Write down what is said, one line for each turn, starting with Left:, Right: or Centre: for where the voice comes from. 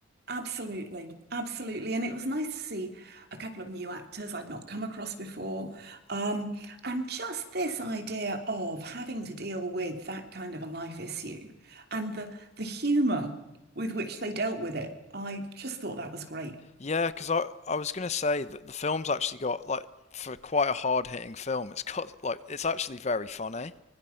Right: Absolutely, absolutely. And it was nice to see a couple of new actors I'd not come across before. Um, and just this idea of having to deal with that kind of a life issue and the the humor with which they dealt with it. I just thought that was great.
Left: Yeah, because I I was gonna say that the film's actually got like for quite a hard-hitting film, it's got like it's actually very funny.